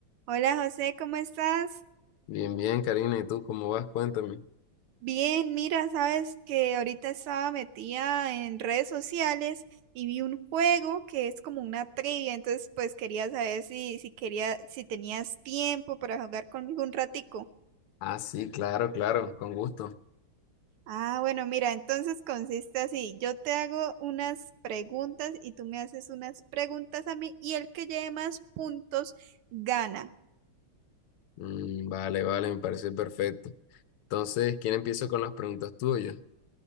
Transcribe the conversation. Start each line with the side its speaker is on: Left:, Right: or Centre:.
Right: Hola José, ¿cómo estás?
Left: Bien, bien, Karina, ¿y tú cómo vas? Cuéntame.
Right: Bien, mira, sabes que ahorita estaba metida en redes sociales y vi un juego que es como una trivia, entonces pues quería saber si, si quería, si tenías tiempo para jugar conmigo un ratico.
Left: Ah, sí, claro, claro, con gusto.
Right: Ah, bueno, mira, entonces consiste así, yo te hago unas preguntas y tú me haces unas preguntas a mí y el que lleve más puntos gana.
Left: Mm, vale, vale, me parece perfecto. Entonces, ¿quién empieza con las preguntas tuyas?